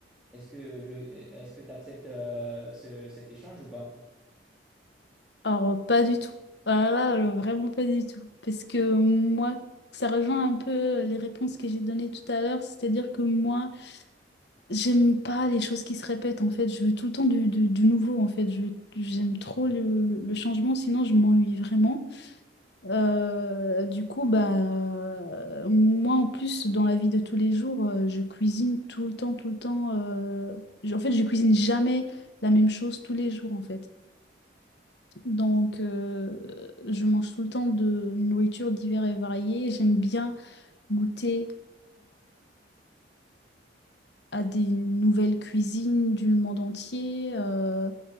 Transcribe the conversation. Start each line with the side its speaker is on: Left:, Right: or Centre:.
Centre: Est-ce que le, est-ce que tu acceptes cet échange ou pas?
Left: alors pas du tout. Ah là, alors, vraiment pas du tout. Parce que moi, ça rejoint un peu les réponses que j'ai données tout à l'heure, c'est-à-dire que moi, J'aime pas les choses qui se répètent en fait, je veux tout le temps du, du- du nouveau en fait, Je- j'aime trop le, le- le changement, sinon je m'ennuie vraiment. Euh, du coup, bah, moi en plus, dans la vie de tous les jours, euh, je cuisine tout le temps, tout le temps. euh, j- En fait, je cuisine jamais la même chose tous les jours en fait. Donc, euh, je mange tout le temps de nourriture divers et variée, j'aime bien goûter à des nouvelles cuisines du monde entier, euh,